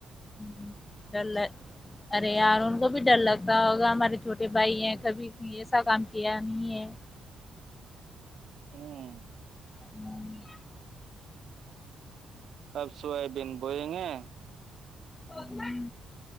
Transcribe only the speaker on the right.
ہاں
اب سویابین بوئیں گے